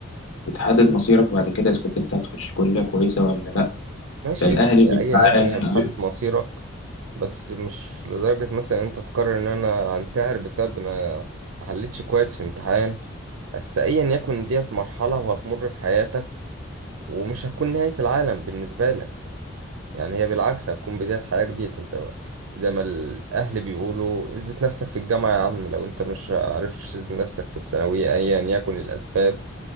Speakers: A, on the left; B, on the right.
A: بتحدد مصيرك بعد كده إذا كنت أنت هتخش كلية كويسة ولا لأ
B: ماشي
A: فالأهلي
B: بس
A: بيبقى
B: ايا يكن
A: على-
B: هي بتحدد مصيرك بس مش لدرجة مثلا انت تقرر ان انا انتحر بسبب ان انا ما حلتش كويس في امتحان بس ايا يكن ديت مرحلة وهتمر في حياتك ومش هتكون نهاية العالم بالنسبة لك يعني هي بالعكس هتكون بداية حياة جديدة انت ما- زي ما الاهل بيقولوا اثبت نفسك في الجامعة يا عم لو انت مش عرفتش تثبت نفسك في الثانوية ايا يكن الاسباب